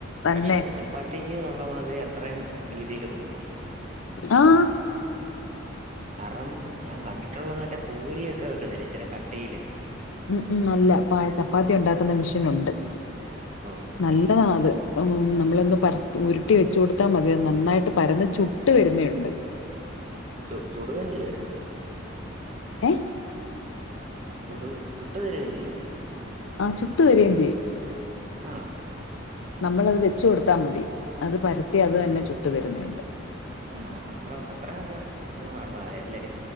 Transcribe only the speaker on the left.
തന്നെ
ആം
ഉം ഉം അല്ല പ ചപ്പാത്തിയൊണ്ടാക്കുന്ന മിഷൻ ഉണ്ട്.
നല്ലതാ അത് ഉം നമ്മളൊന്ന് പര ഉരുട്ടി വെച്ച് കൊടുത്താൽ മതി നന്നായിട്ട് പരന്ന് ചുട്ട് വരുന്ന ഒണ്ട്.
ഏ
ആ ചുട്ട് വരികയും ചെയ്യും.
നമ്മളത് വെച്ച് കൊടുത്താമതി അത് പരത്തി അത് തന്നെ ചുട്ടു തരുന്നയൊണ്ട്